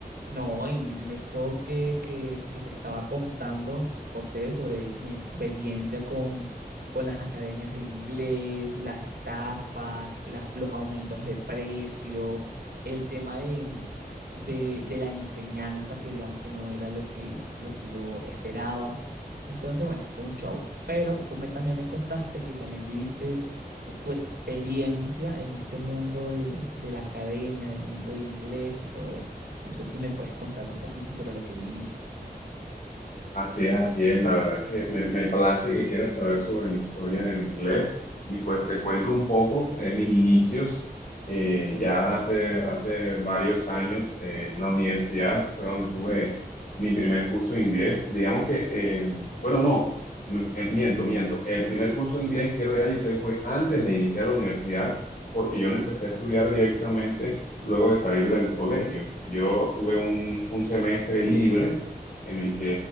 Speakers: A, on the right; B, on the left.
A: No, y eso que, que, que te estaba contando, José, sobre mi experiencia con, con las academias de inglés, las estafas, las- los aumentos de precio, el tema de, mm, de, de la enseñanza, que digamos que no era lo que, lo que yo esperaba. Entonces, bueno, fue un show. Pero tú me, también me contaste que también viviste tu experiencia en este mundo de, de, la academia, del mundo de inglés y todo esto. No sé si me puedes contar un poquito sobre lo que viviste.
B: Así es, así es. La verdad es que me, me place que quieras saber sobre mi historia en el inglés y pues te cuento un poco eh, mis inicios. Eh, ya hace, hace varios años eh, en la universidad fue donde tuve mi primer curso de inglés. Digamos que, eh, bueno, no, me- miento, miento. El primer curso de inglés que realicé fue antes de iniciar la universidad porque yo no empecé a estudiar directamente luego de salir del colegio. Yo tuve un un semestre libre en el que